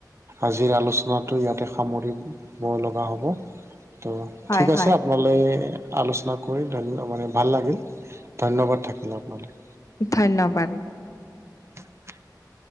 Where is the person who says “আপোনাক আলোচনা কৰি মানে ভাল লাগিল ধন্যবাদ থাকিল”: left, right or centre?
Right